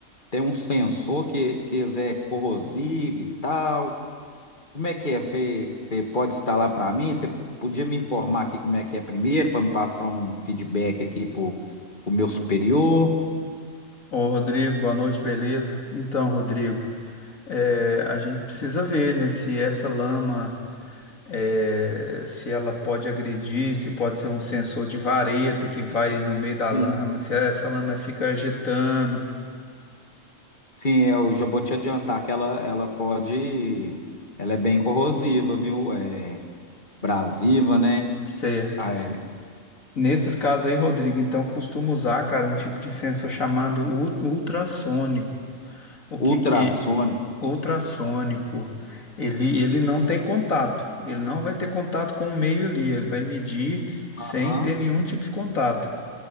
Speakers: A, on the left (about 35°); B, on the left (about 75°).
A: tem um sensor que que é corrosivo e tal. Como é que é? Você você pode instalar para mim? Você podia me informar aqui como é que é primeiro para me passar um feedback aqui pro pro meu superior?
B: Ô, Rodrigo, boa noite, beleza? Então, Rodrigo, eh, a gente precisa ver, né, se essa lama, eh, se ela pode agredir, se pode ser um sensor de vareta que vai no meio da
A: Sim.
B: lama, se essa lama fica agitando,
A: Sim, eu já vou te adiantar que ela, ela pode, ela é bem corrosiva, viu? É abrasiva, né?
B: certo?
A: Ah, É,
B: Nesses casos aí, Rodrigo, então costumo usar, cara, um tipo de sensor chamado ul- ultrassônico. O que
A: ultrassônica.
B: que ultrassônico, ele, ele não tem contato. Ele não vai ter contato com o meio ali. Ele vai medir sem
A: Aham.
B: ter nenhum tipo de contato.